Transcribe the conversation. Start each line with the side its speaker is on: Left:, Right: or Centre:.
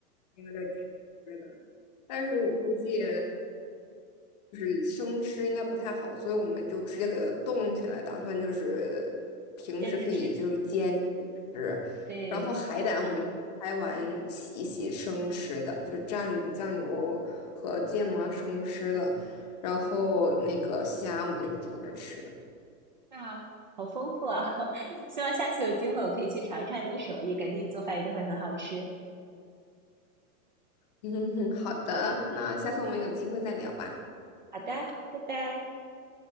Left: 那个吃的，但是我估计。是生吃应该不太好，所以我们就直接给它冻起来，打算就是平时可以就是煎
Right: 煎着吃？
Left: 吃。
Right: 对。
Left: 然后海胆我们拍完洗一洗生吃的，就蘸酱油和芥末生吃的。然后那个虾我们就是煮着吃的。
Right: 啊，好丰富啊！<laughs> 希望下次有机会我可以去尝一尝你的手艺，感觉你做饭一定会很好吃。
Left: <laughs> 好的，那下次我们有机会再聊吧，
Right: 好的，拜拜。